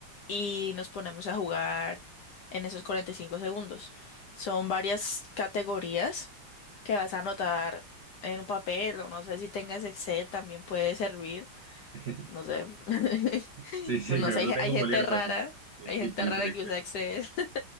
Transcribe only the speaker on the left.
y nos ponemos a jugar en esos 45 segundos. Son varias categorías que vas a anotar en un papel o no sé si tengas Excel también puede servir,
no sé, <laughs>
pero no
sé,
hay,
hay
gente
rara,
hay
gente
rara
que
usa Excel <laughs>